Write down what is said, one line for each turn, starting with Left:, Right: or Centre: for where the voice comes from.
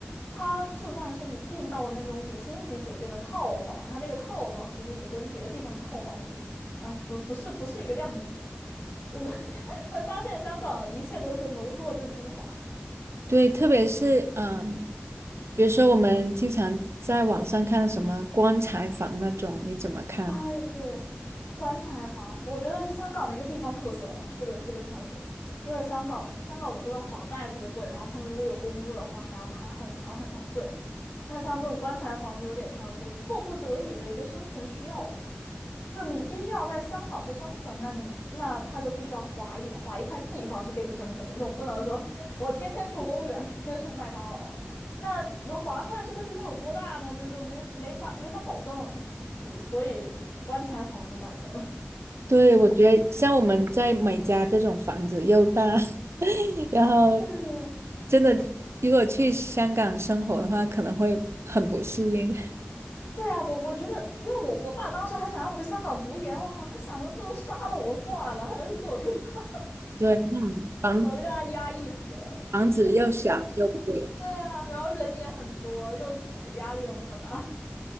Left: 它就算是你订到了那种五星级酒店的套房，它那个套房其实也跟别的地方的套房也啊不不是不是一个量级的，就是 <laughs> 你会发现香港一切都是浓缩着精华。
Right: 对，特别是嗯，比如说我们经常在网上看什么棺材房那种，你怎么看？
Left: 哎，对，棺材房，我觉得是香港的一个地方特色了，这个这个算是，因为香港香港我知道房贷特别贵，然后他们如果有公屋的话，还要排很长很长的队。那像这种棺材房就有点像是迫不得已的一个生存需要吧，就你必须要在香港去生存，那你那他就必须要划一划一块地方去给你生存，你总不能说我天天住公园，天天吃麦当劳，那那划出来这块地方有多大呢？那就没没法没法保证了，就所以棺材房就诞生了。
Right: 对，我觉得像我们在美加这种房子又大，<laughs> 然后
Left: <laughs> 对
Right: 真的如果去香港生活的话，可能会很不适应。
Left: 对啊，我我觉得，因为我我爸当时还想让我去香港读研，我靠，那想着不如杀了我算了，还是这种地方，<laughs>
Right: <laughs> 对，嗯，房
Left: 我都让他压抑死了。
Right: 房子又小又贵。
Left: 对啊，然后人也很多，又挤，压力又那么大。<laughs>